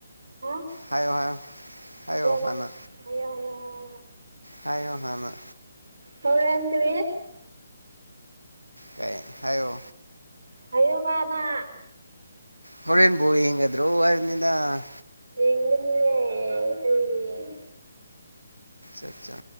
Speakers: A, on the right; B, on the right.
A: ꯍꯥ
B: ꯍꯥꯏꯌꯣ ꯍꯥꯏ ꯍꯥꯏꯌꯣ ꯍꯥꯟꯅ
A: ꯅꯪ ꯍꯥꯏꯌꯣ ꯍꯥꯏꯌꯣ ꯍꯥꯏꯌꯣ
B: ꯍꯥꯏꯣ ꯍꯅ
A: ꯍꯧꯔꯗꯔꯤ
B: ꯀ ꯍꯥꯏꯣ
A: ꯍꯥꯏꯌꯕꯅꯅꯥ
B: ꯃꯔꯦꯟ ꯕꯨ ꯍꯉꯗꯣ ꯑꯅꯗ
A: ꯌꯦꯡꯒꯅꯤꯌꯦ ꯀꯔꯤ ꯌꯦꯡ
B: ꯑ ꯆꯥ